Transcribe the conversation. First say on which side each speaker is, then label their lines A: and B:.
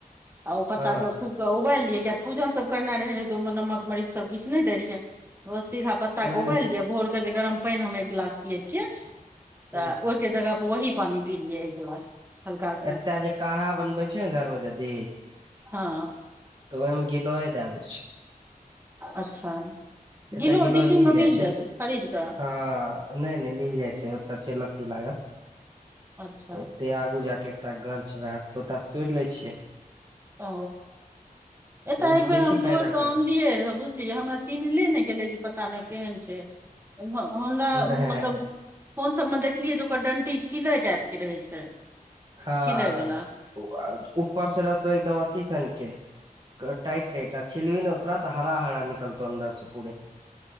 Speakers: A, on the right (about 15°); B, on the right (about 30°).
A: आ ओ पत्ता
B: हँ
A: के उबालल लिये किया पूजा सब करना है सभ किछु नै देलिए सीधा पत्ता
B: नहि
A: कें उबाइल लिअ भोरे कहै छियै हम पानि एकगिलास पिय छियै त
B: ह
A: जगह पर वही पानी पी लियै एक गिलास हल्का
B: एतय जे काढ़ा बनबै छै ने घर मे जदी
A: हँ
B: तऽ ओहिमे घी लोेय दए दै छै
A: अच्छा
B: एतय
A: गिलो
B: गिलोय
A: दिल्ली मे
B: जाइ
A: मिल जायत छै खरीद कऽ
B: हँ नहि नहि मिल जाइ छै ओतय छै लत्ती लागल
A: अच्छा
B: एे बूजा के एकटा घर छै वएह तोता स तोड़ि ले छियै
A: आ एतऽ
B: तऽ ओ
A: एक
B: तऽ
A: बेर
B: बेसी
A: हम तोड़िकऽ
B: फायदा
A: आनलियए रहै बुझलिय हमरा चिन्हले ने गेले जे पता नै केहन छै कठ ह हमरा
B: करे
A: मतलब फोन सब में देखलियै जे ओकर डंटी छिले टाइप के रहै छै
B: हँ
A: छिलै वाला
B: ह उ ऊपर से रहतौ एकदम अथी सन के टाइट टाइट आ छिलबिही ने ओकरा तऽ हरा हरा निकलतौ अन्दरसँ पूरे